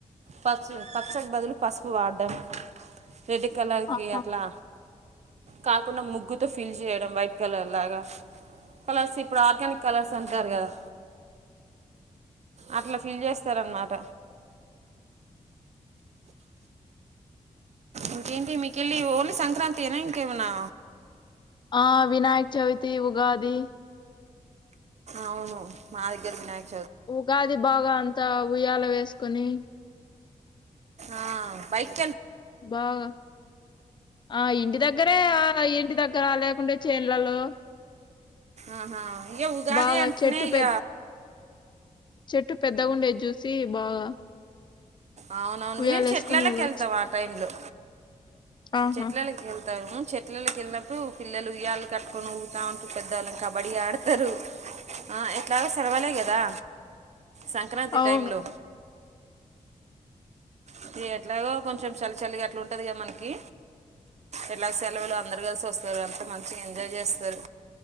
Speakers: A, on the right; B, on the left.
A: పసు పచ్చకు బదులు పసుపు వాడ్డం. రెడ్ కలర్
B: ఆహా
A: కి అట్లా కాకుండా ముగ్గుతో ఫిల్ చేయడం వైట్ కలర్ లాగా కలర్స్ ఇప్పుడు ఆర్గానిక్ కలర్స్ అంటారు కదా? అట్లా ఫిల్ చేస్తారన్నమాట. ఇంకేంటి మీకెళ్ళి ఓన్లీ సంక్రాంతి ఏనా ఇంకేమన్నా
B: ఆ వినాయక్ చవితి, ఉగాది
A: అవును మా దెగ్గరి వినాయక్
B: ఉగాది బాగా అంతా ఉయ్యాల వేసుకొని
A: ఆ బైక్
B: బాగా ఆ ఇంటి దగ్గరే ఆ ఇంటి దగ్గర లేకుంటే చేన్లలో
A: ఆహా ఇక ఉగాది
B: బాగా
A: అంటనే
B: చెట్టు
A: ఇగ
B: పె చెట్టు పెద్దగ ఉండేది చూసి బాగా
A: అవునవును
B: ఉయ్యాల
A: మేము
B: వేసుకొని
A: చెట్లలోకి
B: ఊగొచ్చు
A: వెళ్తాం ఆ టైమ్లొ
B: ఆహా
A: చెట్లేలే కెల్ తాము. చెట్లలోకి వెళ్ళినప్పుడు పిల్లలు ఉయ్యాళు కట్టుకొని ఊగుతా ఉంటూ పెద్దవాళ్ళ కబడ్డీ ఆడతరు. ఆ ఎట్లాగ సెలవలే కదా సంక్రాంతి
B: అవును
A: టైం లో ఇక ఎట్లాగో కొంచెం చలి చలిగా అట్లుంటదిగా మనకి ఎట్లాగో సెలవలు అందరు కలిసి వస్తారు. అంత మంచిగా ఎంజాయ్ చేస్తారు.